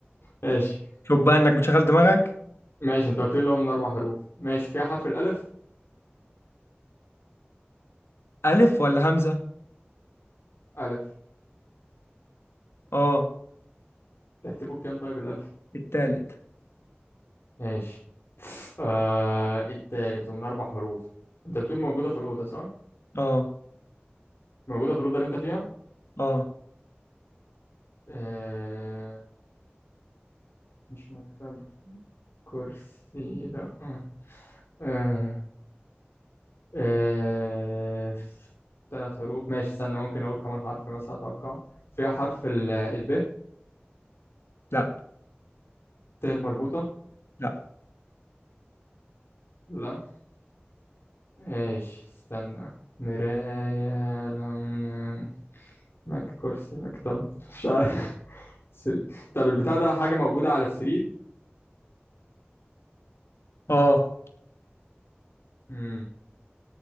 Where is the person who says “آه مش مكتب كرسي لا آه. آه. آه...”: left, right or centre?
Left